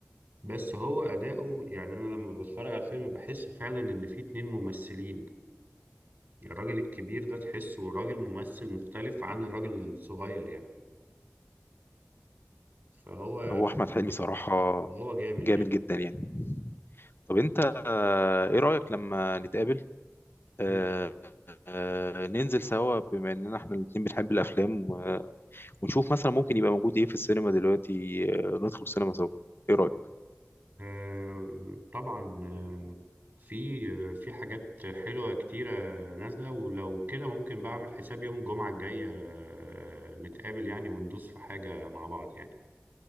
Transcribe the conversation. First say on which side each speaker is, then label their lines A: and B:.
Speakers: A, on the right; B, on the left.
A: بس هو أداؤه يعني أنا لما بتفرج على الفيلم بحس فعلا إن في اتنين ممثلين الراجل الكبير ده تحسه راجل ممثل مختلف عن الراجل الصغير يعني فهو
B: هو احمد حلمي صراحة
A: هو جامد
B: جامد
A: يعني
B: جدا يعني طب انت آه ايه رأيك لما نتقابل آه
A: مم.
B: آه ننزل سوا بما اننا احنا الاتنين بنحب الافلام و- آه، ونشوف مثلا ممكن يبقى موجود ايه في السينما دلوقتي آه ندخل السينما سوا ايه رأيك
A: آه طبعا آه في في حاجات حلوة كتيرة نازلة ولو كده ممكن بعمل حساب يوم الجمعة الجاية آه نتقابل يعني وندوس في حاجة مع بعض يعني